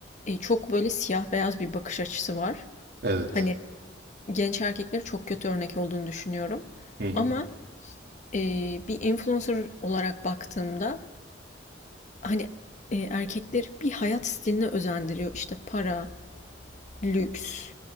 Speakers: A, on the left; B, on the right.
A: eee, çok böyle siyah beyaz bir bakış açısı var.
B: Evet.
A: Hani, genç erkeklere çok kötü örnek olduğunu düşünüyorum
B: Hı hı.
A: ama, eee, bir influencer olarak baktığımda, hani, eee, erkekleri bir hayat stiline özendiriyor. İşte, para, lüks,